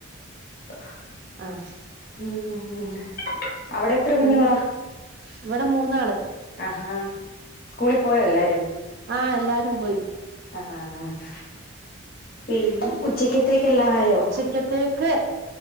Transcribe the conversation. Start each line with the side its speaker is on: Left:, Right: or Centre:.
Left: <unintelligible>
Right: ആഹ്
Left: ഉം അവിടെ എത്ര കുഞ്ഞുങ്ങളാ
Right: പിന്നെ ഇവിടെ മൂന്നാള്
Left: ആഹാ സ്കൂളിൽ പോയ എല്ലാരും
Right: ആ എല്ലാരും പോയി
Left: അ ആഹ് പിന്നെ ഉച്ചക്കതേക്കല്ലാ ആയോ
Right: ഉച്ചത്തേക്ക്